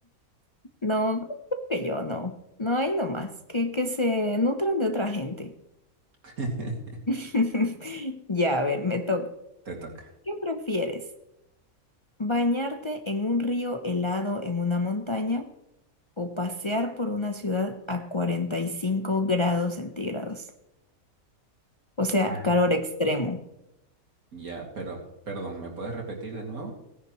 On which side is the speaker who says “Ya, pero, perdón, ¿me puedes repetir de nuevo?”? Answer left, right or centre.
Right